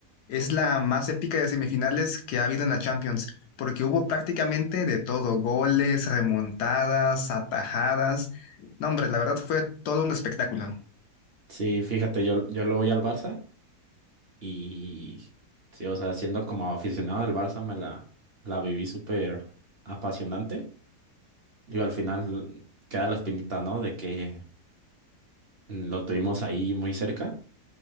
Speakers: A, on the left; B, on the right.
A: es la más épica de semifinales que ha habido en la Champions, porque hubo prácticamente de todo, goles, remontadas, atajadas. No, hombre, la verdad fue todo un espectáculo.
B: Sí, fíjate, yo, yo le voy al Barça y sí, o sea, siendo como aficionado del Barça me la, la viví súper apasionante. Digo, al final queda la espinita, ¿no? De que lo tuvimos ahí muy cerca,